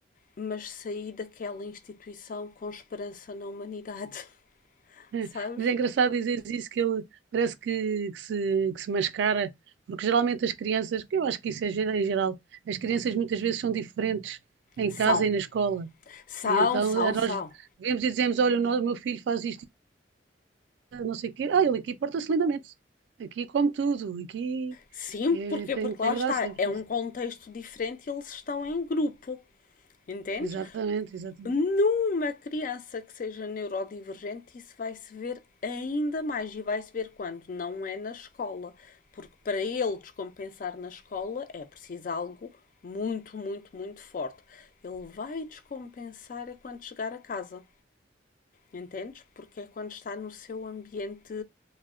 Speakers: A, on the left; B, on the right.
A: mas saí daquela instituição com esperança na humanidade, <laughs>
B: <laughs> É,
A: sabes?
B: Mas é engraçado dizeres isso, que ele parece que, que se, que se mascara, porque geralmente as crianças, que eu acho que isso é geral, em geral, as crianças muitas vezes são diferentes em
A: São,
B: casa e na escola.
A: são,
B: E então
A: são,
B: eh, nós
A: são.
B: vemos e dizemos: Olha, o no- o meu filho faz isto, não sei o quê. Ah, ele aqui porta-se lindamente. Aqui come tudo. Aqui
A: Sim,
B: eh,
A: porque
B: tem,
A: porque
B: tem
A: lá está,
B: graça. é porque
A: é um
B: isso-
A: contexto diferente e eles estão em grupo, entendes?
B: Exatamente, exatamente.
A: Numa criança que seja neurodivergente, isso vai se ver ainda mais e vai se ver quando não é na escola, porque para ele descompensar na escola é preciso algo muito, muito, muito forte. Ele vai descompensar é quando chegar a casa. entendes? Porque é quando está no seu ambiente